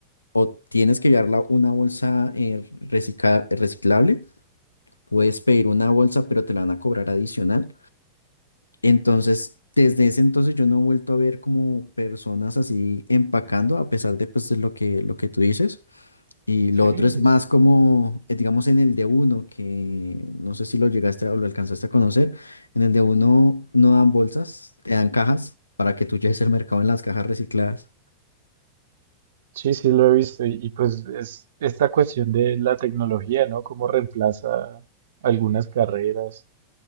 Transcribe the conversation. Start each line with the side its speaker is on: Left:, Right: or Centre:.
Left: o tienes que llevarla una bolsa eh, recicla- reciclable, puedes pedir una bolsa, pero te la van a cobrar adicional. Entonces, desde ese entonces yo no he vuelto a ver como personas así empacando, a pesar de pues de lo que, lo que tú dices. Y
Right: Sí,
Left: lo otro es más
Right: es-
Left: como, eh, digamos, en el de uno, que no sé si lo llegaste a- o lo alcanzaste a conocer. En el de uno no dan bolsas, te dan cajas para que tú lleves el mercado en las cajas recicladas.
Right: Sí, sí lo he visto y, y, pues es esta cuestión de la tecnología, ¿no? Cómo reemplaza algunas carreras.